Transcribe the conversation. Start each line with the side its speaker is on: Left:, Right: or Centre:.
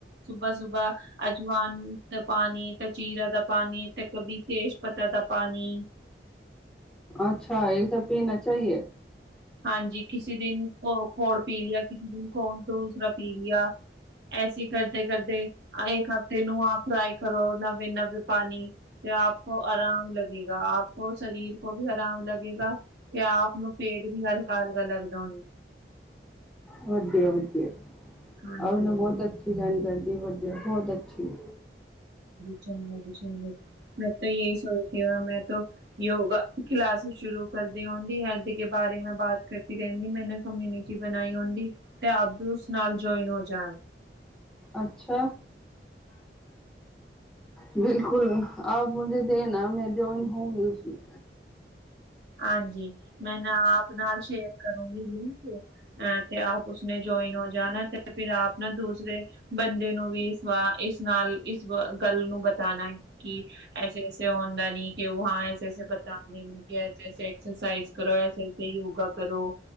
Right: ਸੁਬਾ ਸੁਬਾਹ ਅਜਵਾਨ ਦਾ ਪਾਣੀ ਤੇ ਜੀਰੇ ਦਾ ਪਾਣੀ ਪਾਣੀ ਤੇ ਕਦੇ ਵੀ ਤੇਜ ਪੱਤਾ ਦਾ ਪਾਣੀ
Centre: ਅੱਛਾ ਇਹ ਸਭ ਪੀਨਾ ਚਾਹੀਏ।
Right: ਹਾਂਜੀ ਕਿਸੇ ਦਿਨ ਕੋਰ ਪੀ ਲਿਆ ਕਿਸੇ ਦਿਨ ਕੋਰ ਦੂਸਰਾ ਪੀ ਲਿਆ। ਐਸੀ ਕਰਦੇ ਕਰਦੇ ਇੱਕ ਹਫ਼ਤੇ ਨੂੰ ਆਪ ਫਰਾਈ ਕਰੋ ਨਵੇਂ ਨਵੇਂ ਪਾਣੀ ਤੇ ਆਪ ਆਰਾਮ ਲੱਗੇਗਾ ਆਪ ਕੋ ਸਰੀਰ ਕੋ ਵੀ ਆਰਾਮ ਲਗੇਗਾ। ਤੇ ਆਪ ਨੂੰ ਪੇਟ ਵੀ ਹਲਕਾ ਹਲਕਾ ਲੱਗਦਾ ਹੋਏਗਾ।
Centre: ਵਧੀਆ ਵਧੀਆ
Right: ਹਾਂਜੀ-ਹਾਂਜੀ।
Centre: ਆ ਉਹਨੂੰ ਬਹੁਤ ਅੱਛੀ ਜਾਣਕਾਰੀ ਦੀ ਵਧੀਆ ਹੈ ਬਹੁਤ ਅੱਛੀ।
Right: ਚੰਗਾ ਜੀ ਚੰਗਾ ਜੀ ਮੈਂ ਤਾਂ ਇਹੀ ਸੋਚਦੀ ਹਾਂ ਮੈਂ ਤੋ ਯੋਗਾ ਕਲਾਸ ਸ਼ੁਰੂ ਕਰਦੇ ਹੁੰਦੀ ਹੈਲਥ ਕੇ ਬਾਰੇ ਮੈਂ ਬਾਤ ਕੀਤੀ ਰਹਿੰਦੀ ਮੈ ਕਮਿਊਨਿਟੀ ਬਣਾਈ ਹੁੰਦੀ ਤੇ ਆਪ ਵੀ ਉਸ ਨਾਲ ਜੁਆਇਨ ਹੋ ਜਾ
Centre: ਅੱਛਾ। ਬਿਲਕੁਲ ਆਪ ਮੁਝੇ ਦੇਣਾ ਮੈਂ ਜਇਨ ਹੋਗੀ ਉਸ ਮੇ
Right: ਹਾਂਜੀ ਮੈਂ ਨਾ ਆਪ ਨਾਲ ਸ਼ੇਅਰ ਕਰੂੰਗੀ ਵੀ ਅ ਤੇ ਆਪ ਉਸਨੇ ਜੁਆਇਨ ਹੋ ਜਾਣਾ ਤੇ ਫਿਰ ਆਪ ਨਾ ਦੂਸਰੇ ਬੰਦੇ ਨੂੰ ਵੀ ਇਸ ਵਾਰ ਇਸ ਨਾਲ ਇਸ ਗੱਲ ਨੂੰ ਬਤਾਉਣਾ ਕਿ ਐਸੇ ਐਸੇ ਹੁੰਦਾ ਨੀ ਕਿ ਵਾਂ ਐਸੇ ਐਸੇ ਬਤਾਉਦੇ ਨੀ ਜੈਸੇ ਐਕਸਰਸਾਈਜ਼ ਕਰੋ ਐਸੇ ਯੋਗਾ ਕਰੋ